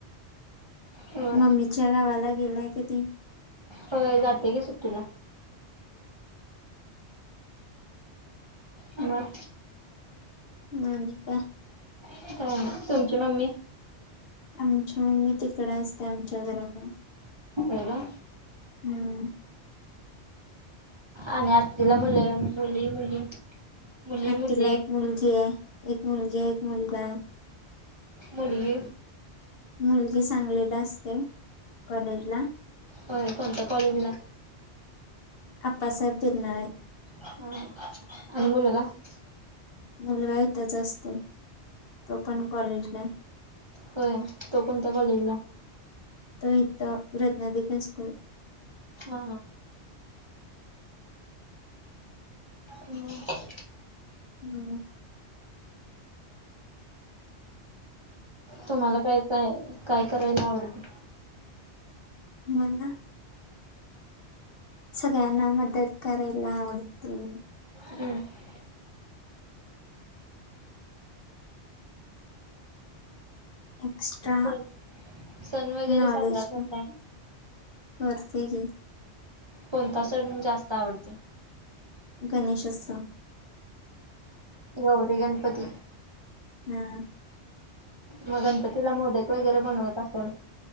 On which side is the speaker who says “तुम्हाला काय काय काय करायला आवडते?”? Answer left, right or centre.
Right